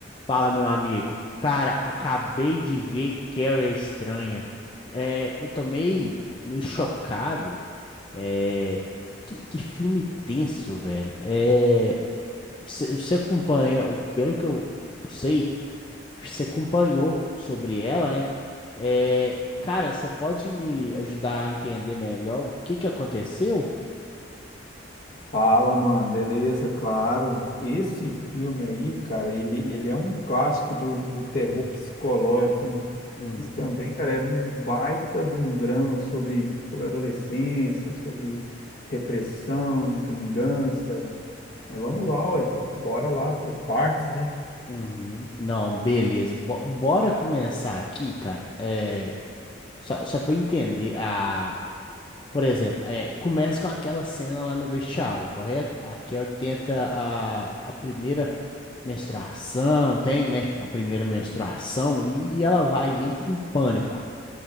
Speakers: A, on the left; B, on the left.
A: Fala, meu amigo. Cara, acabei de ver Carrie a Estranha. É, eu tomei meio meio chocado. É, que, que filme tenso, velho. É, cê- você acompanha, pelo que eu sei, você acompanhou sobre ela, né? É, cara, você pode me ajudar a entender melhor o que que aconteceu?
B: Fala, mano, beleza, claro. Esse filme aí, cara, ele, ele é um clássico do, do terror psicológico, né?
A: Uhum,
B: Mas também, cara, é um baita de um drama sobre, sobre adolescência, sobre repressão, vingança. Mas vamos lá, ué, bora lá, por partes, né?
A: uhum. Não, beleza. Bo- bora começar aqui, cara. É, Só, só pra eu entender, a... por exemplo, é, começa com aquela cena lá no vestiário, correto? A Carol tenta a, a primeira menstruação, tem, né? A primeira menstruação e ela vai e entra em pânico.